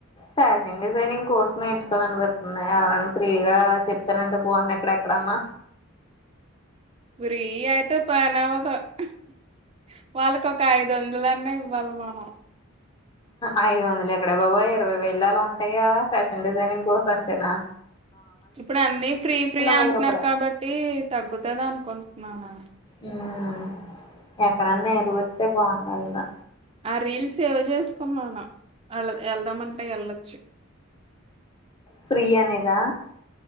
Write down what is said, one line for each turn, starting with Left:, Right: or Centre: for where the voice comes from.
Left: ఫ్యాషన్ డిజైనింగ్ కోర్స్ నేర్చుక్ అనిపిత్నాయా ఎవరైనా ఫ్రీగా చెప్తనంటే బావుండ్నా ఇక్కడెక్కడన్నా
Right: ఫ్రీ అయితే పనవదు హ్ హ వాళ్ళకొక ఐదొందలన్నా ఇవ్ వమానం
Left: ఆఐదొందలెక్కడ బాబోయ్ ఇరవై వేయిల్లలా ఉంటాయా ఫ్యాషన్ డిజైనింగ్ కోర్సంటేనా
Right: ఇప్పుడు అన్నీ ఫ్రీ ఫ్రీ అంట్నారు
Left: వెయ్యి రూపాయలు
Right: కాబట్టి తగ్గుతద నుకుంట్నాను
Left: ఉమ్ ఎక్కడన్నా నిరూపిస్తే బాగుండు
Right: రీల్సేవ్ చేసుకున్నావ్ నువ్ వెళ్దాం అంతే ఎళ్ళొచ్చు
Left: ఫ్రీ యనేదా